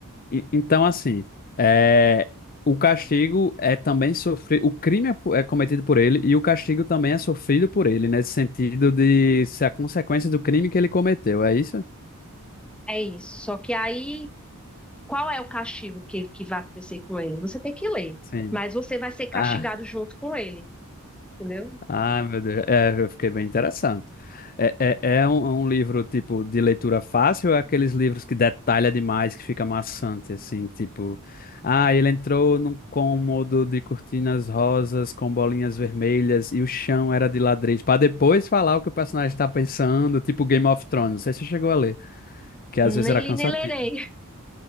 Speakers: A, on the left; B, in the centre.
A: e- então assim, é, o castigo é também sofrido, o crime é, po- é cometido por ele e o castigo também é sofrido por ele, nesse sentido de ser a consequência do crime que ele cometeu, é isso?
B: É isso. Só que aí Qual é o castigo que, que vai acontecer com ele? Você tem que ler,
A: Sim.
B: mas você vai ser castigado
A: Ah,
B: junto com ele, entendeu?
A: ah, meu Deus. É, eu fiquei bem interessado. É, é, é um, é um livro, tipo, de leitura fácil ou é aqueles livros que detalha demais, que fica maçante, assim, tipo... Ah, ele entrou num cômodo de cortinas rosas com bolinhas vermelhas e o chão era de ladrilhos, para depois falar o que o personagem está pensando, tipo Game of Thrones. Não sei se você chegou a ler, que às vezes
B: Nem
A: era cansativo.
B: li, nem lerei. <laughs>